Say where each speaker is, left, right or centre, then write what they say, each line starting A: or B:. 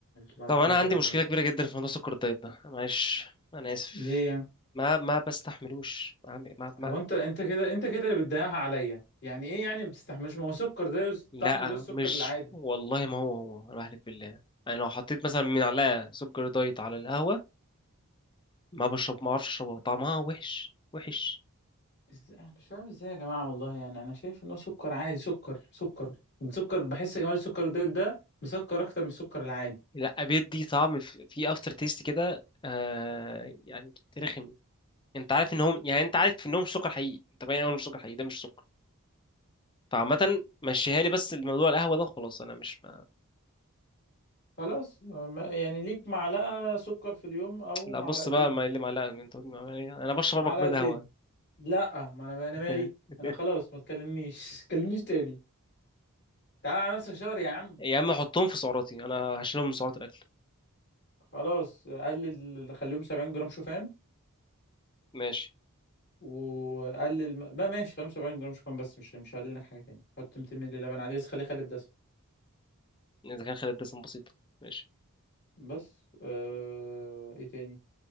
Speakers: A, on the left; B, on the left.
A: بلحتين
B: طب انا
A: ثلاثه
B: عندي مشكله
A: مثلا
B: كبيره جدا في موضوع سكر الدايت ده معلش انا اسف
A: ليه يعني؟
B: ما ما بستحملوش عم- ما ما
A: هو انت انت كده انت كده اللي بتضيعها عليا يعني ايه يعني ما بتستحملوش ما هو سكر ده
B: لا
A: طعمه زي السكر
B: مش
A: العادي
B: والله ما هو هو انا بحلف بالله انا لو حطيت مثلا من عليها سكر دايت على القهوه ما بشرب ما اعرفش اشربها طعمها وحش وحش
A: إز- انا مش فاهم ازاي يا جماعه والله يعني انا شايف ان هو سكر عادي سكر سكر السكر بحس يا جماعه السكر ده ده مسكر اكتر من السكر العادي
B: لا بيدي طعم في في افتر تيست كده آه يعني رخم انت عارف انهم يعني انت عارف انهم مش سكر حقيقي انت باين انهم مش سكر حقيقي ده مش سكر فعامة مشيها لي بس الموضوع القهوة ده خلاص انا مش ما...
A: خلاص ما- يعني ليك معلقه سكر في اليوم او
B: لا
A: معلقتين
B: بص بقى ما اللي معلقة انت قلت معلقة إيه؟ انا بشرب
A: معلقتين
B: اربع كوبايات قهوة
A: لا ما انا انا
B: <laughs>
A: مالي انا خلاص ما تكلمنيش <laughs> تكلمنيش تاني تعالى على نفسك شهر يا عم
B: يا عم حطهم في سعراتي انا هشيلهم من سعرات الاكل
A: خلاص قلل خليهم 70 جرام شوفان
B: ماشي
A: وقلل م- بقى ماشي 75 جرام شوفان بس مش مش هقلل لك حاجه تاني حط 200 مللي لبن عادي بس خليه خالي الدسم
B: اذا كان خلال الدسم بسيطة ماشي
A: بس آه... ايه تاني